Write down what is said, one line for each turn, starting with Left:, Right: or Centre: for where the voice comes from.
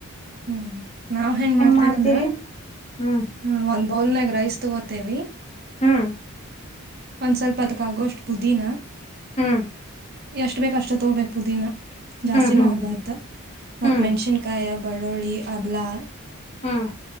Right: ಹ್ಮ್ ನಾವ್ ಹೆಂಗ್ ಮಾಡ್ತೇವ
Left: ಮಾಡ್ತೀರಿ
Right: ಅಂದ್ರ
Left: ಹ್ಮ್
Right: ಹ ಒಂದ್ ಬೌಲ್ನಾಗ ರೈಸ್ ತಗೋತೇವಿ
Left: ಹ್ಮ
Right: ಒಂದ್ ಸ್ವಲ್ಪ ಅದ್ಕ ಆಗೋಷ್ಟ್ ಪುದೀನ
Left: ಹ್ಮ್
Right: ಎಷ್ಟ್ ಬೇಕ್ ಅಷ್ಟ ತಗೋಬೇಕ್ ಪುದೀನಾ ಜಾಸ್ತಿನೂ
Left: ಹ್ಮ್ ಹ್ಮ್
Right: ಆಗಬ್ಬಾರ್ದ ಮತ್
Left: ಹ್ಮ್
Right: ಮೆಣ್ಸಿನ್ಕಾಯಿ ಹಬ ಬೆಳ್ಳುಳ್ಳಿ ಅಲ್ಲಾ
Left: ಹ್ಮ್